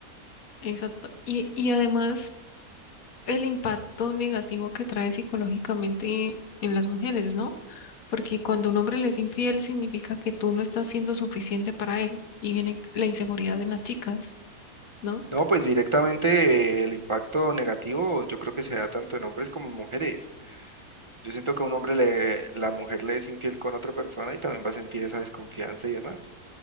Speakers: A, on the left (about 65°); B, on the right (about 40°).
A: Exacto. Y, y además el impacto negativo que trae psicológicamente en las mujeres, ¿no? Porque cuando un hombre le es infiel significa que tú no estás siendo suficiente para él y viene la inseguridad en las chicas, ¿no?
B: No, pues directamente eh, el impacto negativo yo creo que se da tanto en hombres como en mujeres. Yo siento que a un hombre le, la mujer le es infiel con otra persona y también va a sentir esa desconfianza y demás,